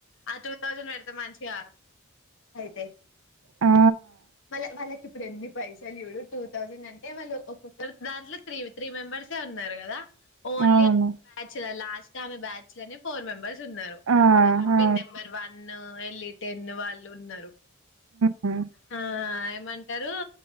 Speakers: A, on the left; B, on the right.
A: ఆ టూ థౌసండ్ పెడితే మంచిగా అయితే
B: ఆ!
A: మళ్ళ వాళ్ళకి ఇప్పుడు ఎన్ని పైసలు చూడు టూ థౌసండ్ అంటే వాళ్ళు ఒక్కొక్క దాంట్లో త్రీ వెెెెతు త్రీ మెంబర్సే ఉన్నారు కదా ఓన్లీ
B: అవును.
A: ఆమె బ్యాచ్ల లాస్ట్ ఆమె బ్యాచలనే ఫోర్ మెంబర్ ఉన్నారు
B: ఆ! అవును.
A: నెంబర్ వన్ ఎల్ టెన్ వాళ్ళు ఉన్నారు.
B: హ్మ్.
A: టైమ్ అంటరు